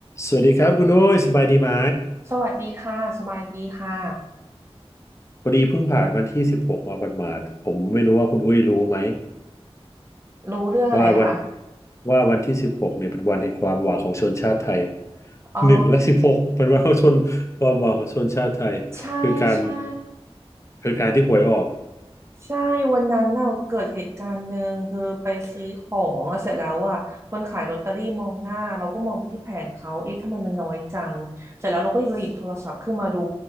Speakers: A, on the left; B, on the right.
A: สวัสดีครับคุณอุ้ยสบายดีไหม
B: สวัสดีค่ะสบายดีค่ะ
A: พอดีเพิ่งผ่านวันที่สิบหกมาหมาดๆผมไม่รู้ว่าคุณอุ้ยรู้ไหม
B: รู้เรื่องอะไรคะ
A: ว่าวันว่าวันที่สิบหกเนี่ยเป็นวันแห่งความหวังของชนชาติไทย
B: อ๋อ
A: หนึ่งและสิบหกเป็นวันของชนความหวังของชนชาติไทยคือการ
B: ใช่ใช่
A: คือการที่หวยออก
B: ใช่วันนั้นน่ะเกิดเหตุการณ์หนึ่งคือไปซื้อของอะเสร็จแล้วอ่ะคนขายลอตเตอรี่มองหน้าเราก็มองไปที่แผงเขาเอ๊ะทำไมมันน้อยจังเสร็จแล้วเราก็เลยหยิบโทรศัพท์ขึ้นมาดู